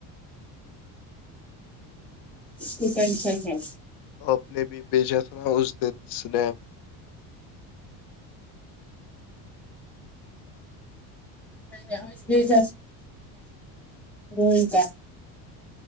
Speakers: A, in the centre; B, on the left.
A: اسٹینشن <unintelligible>
B: آپ نے بھی بیجا تھا اس دن سنیپ
A: نہیں نہیں بیج روتا <unintelligible>